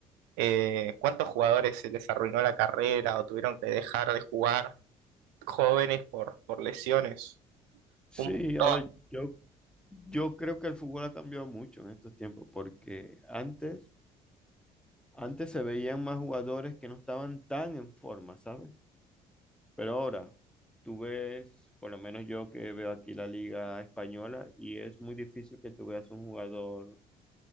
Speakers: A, on the right; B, in the centre.
A: eh, ¿cuántos jugadores se les arruinó la carrera o tuvieron que dejar de jugar jóvenes por, por lesiones?
B: sí,
A: Un montón,
B: a ver, yo Yo creo que el fútbol ha cambiado mucho en estos tiempos, porque antes, antes se veían más jugadores que no estaban tan en forma, ¿sabes? Pero ahora, tú ves, por lo menos yo que veo aquí la liga española, y es muy difícil que tú veas un jugador